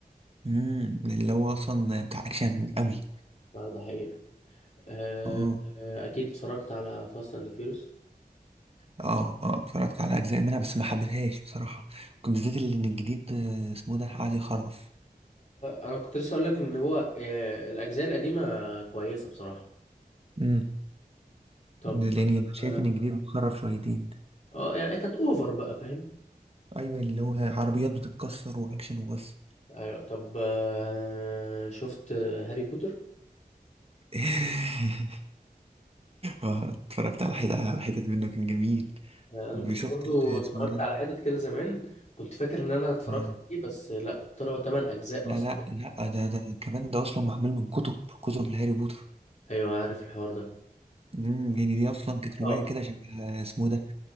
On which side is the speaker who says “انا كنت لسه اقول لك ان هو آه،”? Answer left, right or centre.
Left